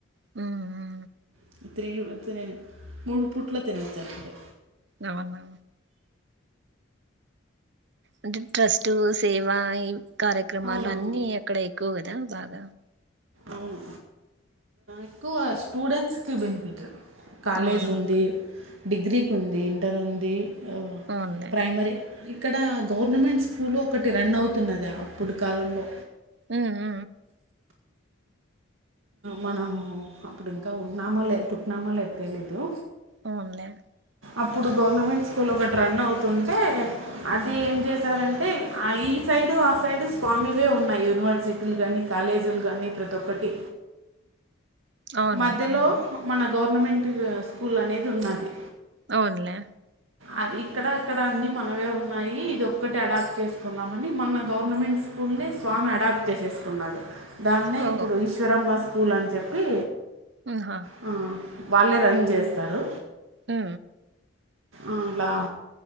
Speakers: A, on the right; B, on the right.
A: హు హు
B: <unintelligible> మూడు పూట్ల తినచ్చు అక్కడే
A: అవునా అంటే ట్రస్ట్ సేవ ఈ కార్యక్రమాలు
B: అవునవును
A: అన్ని అక్కడ ఎక్కువ ద బాగ
B: అవును ఎక్కువ స్టూడెంట్స్ కి బెనిఫిట్ కాలేజ్
A: అవునవును
B: ఉంది డిగ్రీకి ఉంది ఇంటర్ ఉంది ఆ,
A: అవున్లే
B: ప్రైమరీ ఇక్కడ గవర్నమెంట్ స్కూలు ఒకటి రన్ అవుతున్నది అప్పుడు కాలంలో
A: హు హు
B: మనము అప్పుడు ఇంకా ఉనామలే పూట్నమో లే తెలిదు
A: అవున్లె
B: అప్పుడు గవర్నమెంట్ స్కూల్ ఒకటి రన్ అవుతుంటే అది ఏం చేశారంటే అయి సైడు ఆ సైడ్ స్వామివే ఉన్నాయి యూనివర్సిటీలు గాని కాలేజ్ లు గాని ప్రతి ఒక్కటి
A: అవును.
B: మధ్యలో
A: హ్మ్.
B: మన గవర్నమెంట్ స్కూల్ అనేది ఉన్నది
A: అవునులే
B: అది ఇక్కడ అక్కడ అన్ని మనవే ఉన్నాయి ఇది ఒక్కటి అడాప్ట్ చేసుకుందామని మన గవర్నమెంట్స్ స్కూల్ని స్వామి అడాప్ట్ చేసేసుకున్నాడు దాన్నే
A: ఓహ్!
B: ఇప్పుడు ఈశ్వరమ్మ స్కూల్ అని చెప్పి
A: హా
B: ఆ, వాళ్ళే రన్ చేస్తారు
A: హు
B: అలా